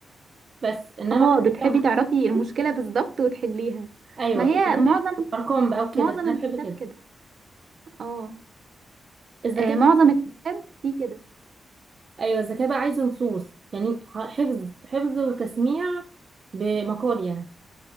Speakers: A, on the right; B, on the right.
A: بس انما
B: اه
A: <laughs> حاجات
B: بتحبي
A: فيها حفظ
B: تعرفي
A: كتير،
B: المشكلة بالظبط وتحليها
A: ايوه
B: ما هي
A: وحاجات
B: معظم
A: ارقام بقى وكده
B: معظم
A: انا بحب
B: الحساب
A: كده
B: كده اه
A: الذكاء
B: آه، معظم الحساب فيه كده
A: ايوه الذكاء بقى عايز نصوص يعني ح- حفظ حفظ وتسميع بمقال يعني